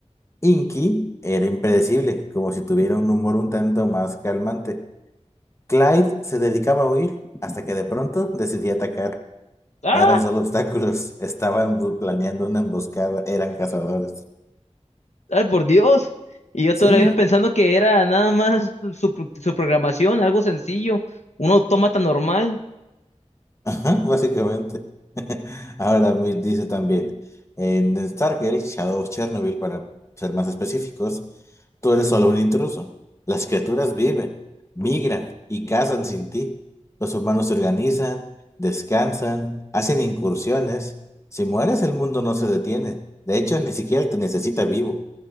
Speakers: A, on the left (about 25°); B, on the left (about 70°).
A: Inky era impredecible, como si tuviera un humor un tanto más calmante. Clyde se dedicaba a huir hasta que de pronto decidía atacar.
B: Ah,
A: No eran solo obstáculos, estaban bu- planeando una emboscada, eran cazadores.
B: ay, por Dios. Y yo
A: Sí,
B: todavía pensando que era nada más su, su programación, algo sencillo, un autómata normal.
A: Ajá, básicamente. <laughs> Ahora me dice también, en Stargate, Shadow of Chernobyl, para ser más específicos, tú eres solo un intruso. Las criaturas viven, migran y cazan sin ti. Los humanos se organizan, descansan, hacen incursiones. Si mueres, el mundo no se detiene. De hecho, ni siquiera te necesita vivo.